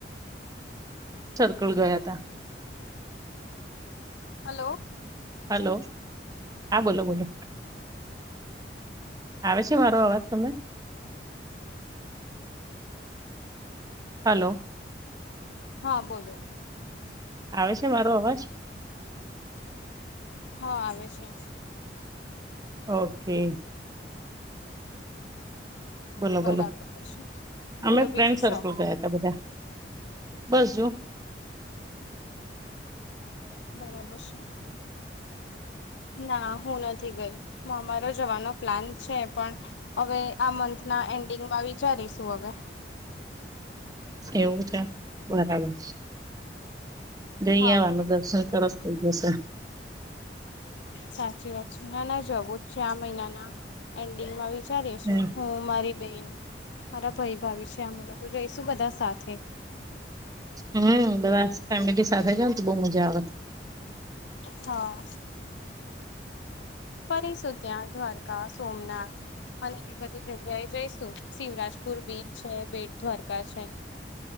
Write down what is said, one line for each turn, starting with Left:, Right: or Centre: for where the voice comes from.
Right: સકલ ગયા ત
Left: હલો
Right: હલો હા બોલો બોલો આવે છે મારો અવાજ સમય હલો
Left: હા બોલો
Right: આવે છે મારો અવાજ
Left: હા આવે છે
Right: ઓકે બોલો
Left: બરાબર
Right: બોલો
Left: છે બોલો
Right: અમે
Left: બીજું
Right: ફ્રેન્ડ
Left: શું
Right: સર્કલ ગયા ત બધા બજુ
Left: બરાબર શું ના હું નથી ગઈ હ અમારો જવાનો પ્લાન છે પણ હવે આ મંથ ના એન્ડિંગમાં વિચારીશું હવે બે
Right: એવું છે બરાબર જઈ
Left: હા
Right: આવાનું દર્શન સરસ બસ
Left: સાચી વાત છે ના ના જવું જ છે આ મહિનાના એન્ડિંગમાં વિચારી હ
Right: હમ
Left: મારી બેન મારા ભાઈ ભાવી છે અમે લોકો જોઈશું બધા સાથે
Right: હમ બધા ફેમિલી સાથે જા તો બહ મજા આવે
Left: હા ફરીશું ત્યાં દ્વારકા સોમનાથ અને એવી બધી જગ્યાએ જઈશું શિવરાજપુર બીચ છે બેટ દ્વારકા છે